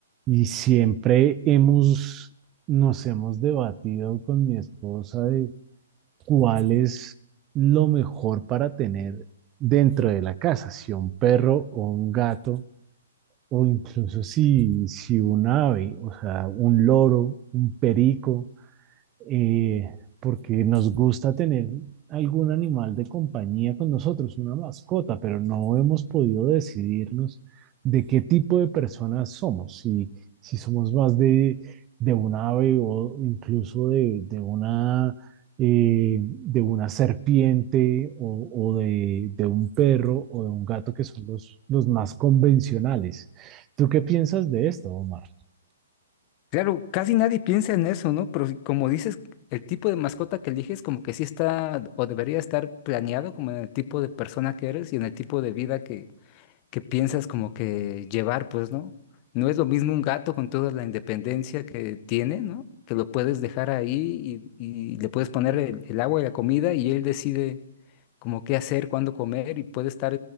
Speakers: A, on the right; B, on the left.
A: Y siempre hemos, nos hemos debatido con mi esposa de cuál es lo mejor para tener dentro de la casa, si un perro o un gato, o incluso si, si un ave, o sea, un loro, un perico eh, porque nos gusta tener algún animal de compañía con nosotros, una mascota, pero no hemos podido decidirnos de qué tipo de personas somos, si, si somos más de, de un ave o incluso de, de una, eh, de una serpiente o, o de, de un perro o de un gato, que son los, los más convencionales. ¿Tú qué piensas de esto, Omar?
B: Claro, casi nadie piensa en eso, ¿no? Pero si- como dices, el tipo de mascota que eliges como que sí está o debería estar planeado como en el tipo de persona que eres y en el tipo de vida que, que piensas como que llevar, pues, ¿no? No es lo mismo un gato con toda la independencia que tiene, ¿no? Que lo puedes dejar ahí y, y le puedes poner el, el agua y la comida y él decide como qué hacer, cuándo comer y puede estar